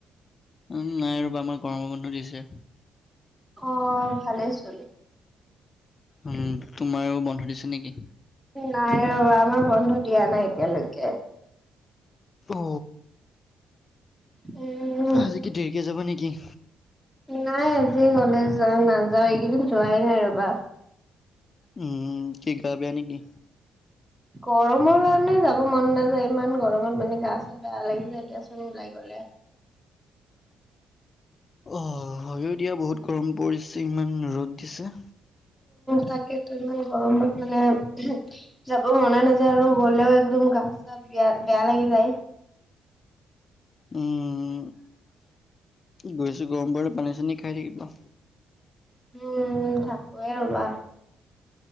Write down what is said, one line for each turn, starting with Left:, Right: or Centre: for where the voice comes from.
Left: উম, নাই ৰবা আমাৰ গৰমৰ মানুহ দিছে।
Centre: অ, ভালে চোন।
Left: উম, তোমাৰো বন্ধ দিছে। নেকি?
Centre: নাই, ৰবা আমাৰ বন্ধ দিয়া নাই এতিয়ালৈকে।
Left: অ,
Centre: উম।
Left: আজি কি, দেৰিকে যাব নেকি।
Centre: নাই আজি কলেজত নাযাওঁ‌, এইকেইদিন যোৱাই নাই ৰ'বা।
Left: উম, কি গা বেয়া নেকি।
Centre: গৰমৰ কাৰণে যাব মন নাযায়, ইমান গৰমত মানে গা, চা বেয়া লাগি যায় দিয়াচোন ওলাই গ'লে।
Left: অ, হয় দিয়া বহুত গৰম পৰিছে ইমান ৰ'দ দিছে।
Centre: তাকেইটো ইমান গৰমত মানে উম, যাব মন নাযায় আৰু গ'লেও একদম গা চা বেয়া, বেয়া লাগি যায়।
Left: উম। বেছি গৰম পৰলে পানী-চানী খাই থাকিবা।
Centre: উম, থাকোৱে ৰবা।